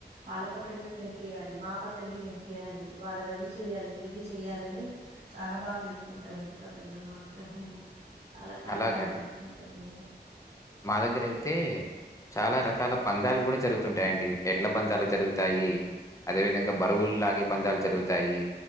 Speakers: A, on the right; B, on the left.
A: అలా పతంగ్లే తెంపియాలి మా పత్తంగి తెంపియాలి వాళ్ళది అది చెయ్యాలి ఇది చెయాలని చాలా బాగా జరుప్కుంటాండి పతంగుల్ మాత్రం మేము చాలా చాలా
B: అలాగని
A: బాగా జరుప్కుంటాం మేము
B: మా దగ్గర అయితే చాలా రకాల పంధ్యాలు కూడా జరుగు తుంటాయండి ఎడ్ల పంధ్యాలు జరుగుతాయి అదేవిధంగా బరువులు లాగే పందాలు జరుగుతాయి.